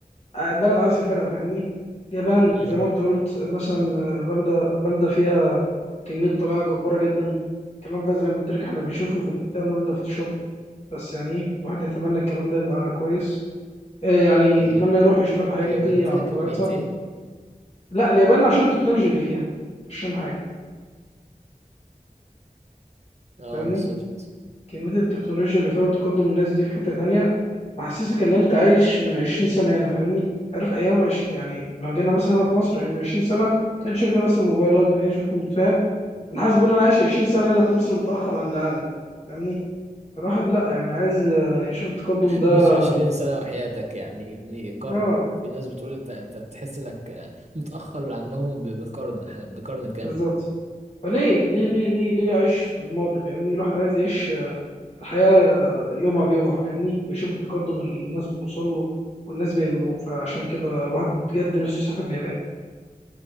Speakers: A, on the left; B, on the right.
A: آه، بلد عايز اسافرها فاهمني اليابان
B: امم
A: زي ما انت قلت مثلا آه، بلدة بلدة فيها كمية طبيعة جبارة جدا الكلام ده زي ما قلت لك احنا بنشوفه في البتاع نقول ده فوتوشوب بس يعني ايه الواحد يتمنى الكلام ده يبقى كويس آه، يعني
B: ال-
A: يتمنى يروح يشوف الحاجات
B: اليابان
A: دي على
B: فيها كمية
A: طبيعتها
B: ايه
A: لا اليابان عشان التكنولوجيا اللي فيها مش عشان حاجة
B: اه
A: فاهمني
B: بالظبط
A: كمية التكنولوجيا اللي فيها وتقدم الناس دي في حتة تانية محسسك ان انت عايش من 20 سنة هنا فاهمني عارف ايام عش... يعني لو جينا مثلا هنا في مصر يعني من 20 سنة كان شوف فيه مثلا موبايلات ما كانش فيه كنت فاهم انا حاسس ان انا عايش 20 سنة هنا في مصر متأخر عن العالم فاهمني الواحد لا يعني عايز آه، يشوف التقدم ده
B: مش عشرين سنة وحياتك يعني يعني قرن
A: اه
B: في ناس بتقول انت انت بتحس انك متأخر عنهم ب- بقرن بقرن كامل
A: بالظبط فليه ليه ليه ليه ليه عيش في الماضي فاهمني الواحد عايز يعيش آه، الحياة آه، يومها بيومها فاهمني ويشوف التقدم اللي الناس بتوصل له والناس بيعملوه فعشان كده الواحد بجد نفسه يسافر اليابان